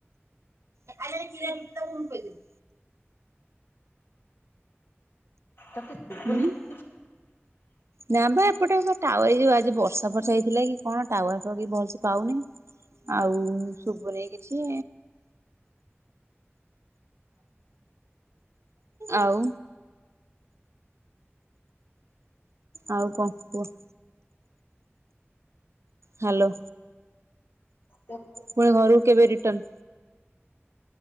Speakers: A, on the right; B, on the left.
A: ଆରେ କ୍ଷୀର ରୁଟି ଦବୁ ମୁଁ ଖୋଇଦେବି।
B: ତତେ ଶୁଭୁନି
A: ହୁଁ
B: କି?
A: ନା ବା ଏପଟେ ଟାୱାଏ ଯଉ ଆଜି ବର୍ଷା ଫର୍ଷା ହେଇଥିଲା କି କଣ ଟାୱାରବି ଭଲସେ ପାଉନି। ଆଉ ଶୁଭୁନି କିଛି। ଆଉ ଆଉ କ କୁହ? ହାଲୋ।
B: ଦେ
A: ପୁଣି ଘରକୁ କେବେ ରିଟର୍ଣ?